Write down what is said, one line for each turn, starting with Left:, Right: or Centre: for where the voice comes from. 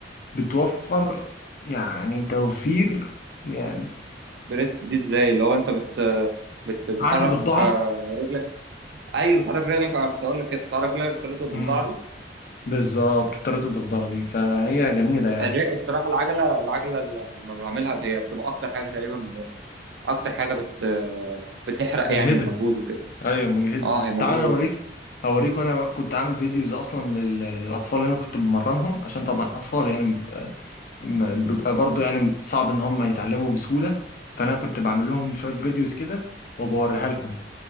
Left: بتوفر يعني توفير يعني
Right: بريست دي ازاي اللي هو انت بت بت بتحرك
Left: عارف الضفدعه
Right: آه، رجلك ايوه بتحرك رجلك انا كنت اقول لك كيف بتحرك رجلك بطريقه الضفدعه
Left: امم
Right: دي
Left: بالظبط طريقه الضفدعه دي فهي جميله يعني
Right: الر- الصراحه العجله العجله ال- لما بعملها هي بتبقى اكتر حاجه تقريبا اكتر حاجه بت بتحرق
Left: مجهده
Right: يعني المجهود وكده
Left: ايوه مجهده
Right: اه هي مجهود
Left: تعال انا اوريك هوريك وانا كنت عامل فيديوز اصلا لل- للاطفال اللي انا كنت بمرنهم عشان طبعا اطفال يعني بيبقى م- بيبقى برضه يعني صعب ان هم يتعلموا بسهوله فانا كنت بعمل لهم شويه فيديوز كده وبوريها لهم